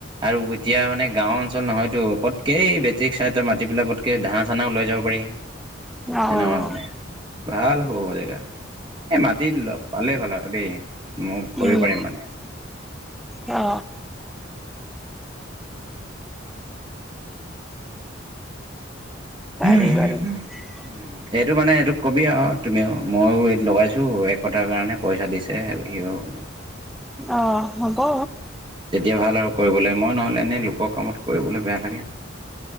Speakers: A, on the right; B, in the centre.
A: আৰু এতিয়া মানে গাঁও অঞ্চল নহয়তো, পতকে এই বেটেৰী ৰিক্সা এটা মাতি পেলাই পতকে ধানা চানাও লৈ যাব পাৰি।
B: <inaudible> অ',
A: তেনেকুৱা মানে। ভাল হ'ব জেগা। এই মাতি ল পালেই হ'ল আৰু দেই, মই কৰিব
B: উম,
A: পাৰিম মানে।
B: অ। পাৰি
A: হুম হুম
B: বাৰু
A: হুম।
B: <unintelligible>
A: এইটো মানে এইটো কবি আৰু তুমিও ময়ো এই লগাইছোঁ এক কটাৰ কাৰণে পইচা দিছে সিও মানে
B: অ', হ'ব।
A: তেতিয়া ভাল আৰু কৰিবলে মই নহ'লে এনেই লোকৰ কামত কৰিবলৈ বেয়া লাগে।